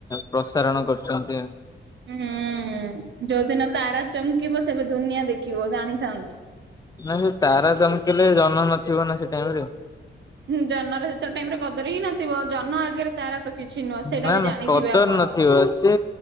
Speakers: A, on the left; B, on the right.
A: ପ୍ରସାରଣ କରୁଚନ୍ତି।
B: ହୁଁ ଯୋଉଦିନ ତାରା ଚମ୍ କିବ ସେବେ ଦୁନିଆ ଦେଖିବ ଜାଣିଥାନ୍ତୁ।
A: ନା ସେ ତାରା ଚମକିଲେ ଜହ୍ନ ନଥିବ ନା ସେ ଟାଇମରେ।
B: ହୁଁ ଜହ୍ନ ର ସେତର ଟାଇମରେ କଦର୍ ହିଁ ନଥିବ ଜହ୍ନ ଆଗରେ ତାରା ତ କିଛି ନୁହଁ ସେଇଟା
A: ନା
B: ବି
A: ନା
B: ଜାଣିଥିବେ
A: କଦର
B: ଆପଣ।
A: ନଥିବ ସେ